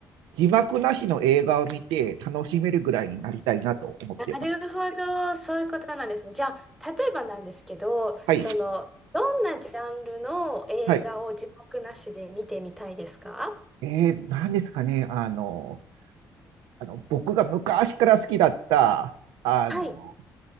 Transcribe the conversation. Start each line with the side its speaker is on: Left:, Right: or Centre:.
Right: 字幕なしの映画を見て楽しめるぐらいになりたいなと思っています。
Centre: なるほど、そういうことなんですね。じゃあ、例えばなんですけど、
Right: はい。
Centre: その、どんなジャンルの映画を字幕なしで見てみたいですか
Right: はい。えー、何ですかね。あの、あの、僕が昔から好きだった、あの、
Centre: はい、